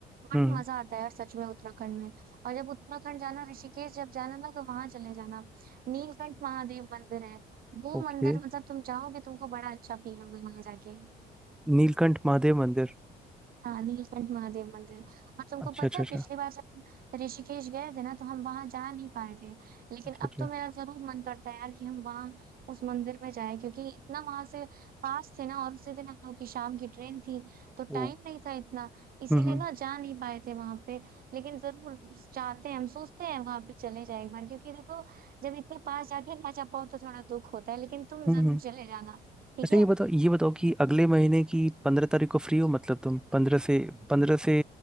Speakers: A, on the right; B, in the centre.
A: बड़ी
B: हम्म
A: मजा आता है यार सच में उत्तराखंड में और जब उत्तराखंड जाना ऋषिकेश जब जाना ना तो वहां चले जाना नीलकंठ महादेव मंदिर है वो
B: ओके
A: मंदिर मतलब तुम जाओगे तुमको बड़ा अच्छा फील होगा वहां जाके
B: नीलकंठ महादेव मंदिर
A: हाँ नीलकंठ महादेव मंदिर और तुमको
B: अच्छा
A: पता
B: अच्छा
A: है
B: अच्छा
A: पिछली बार जब हम ऋषिकेश गए थे ना तो हम वहां जा नहीं पाए थे लेकिन
B: अच्छा
A: अब
B: अच्छा
A: तो मेरा जरूर मन करता है यार कि हम वहाँ उस मंदिर में जाए क्योंकि इतना वहां से पास थे ना और उसी दिन हम लोग की शाम की ट्रेन थी तो टाइम
B: ओ
A: नहीं था इतना इसीलिए
B: हम्म हम्म
A: ना जा नहीं पाए थे वहां पे लेकिन जरूर चाहते हैं हम सोचते हैं वहां पे चले जाए एक बार क्योंकि देखो जब इतने पास जाके ना जा पाओ तो थोड़ा दुख होता है लेकिन तुम
B: हम्म
A: जरूर चले जाना ठीक
B: अच्छा
A: है
B: ये बताओ ये बताओ कि अगले महीने की पंद्रह तारीख को फ्री हो मतलब तुम पंद्रह से पंद्रह से